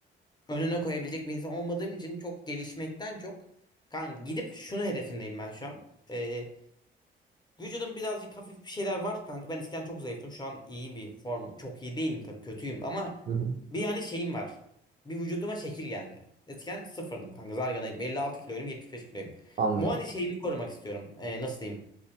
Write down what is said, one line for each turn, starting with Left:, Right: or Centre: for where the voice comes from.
Left: önüne koyabilecek bir insan olmadığım için çok gelişmekten çok kanka gidip şunu hedefindeyim ben şu an. E, Vücudum birazcık hafif bir şeyler var kanka. Ben eskiden çok zayıftım. Şu an iyi bir form. Çok iyi değilim tabii kötüyüm ama
Right: Hı hı.
Left: bir yani şeyim var. Bir vücuduma şekil geldi. Eskiden sıfırdım kanka zarganaydım. 56 kiloyum 75 kiloyum.
Right: Anlıyorum.
Left: Bu hani şeyimi korumak istiyorum. Ee, nasıl diyeyim?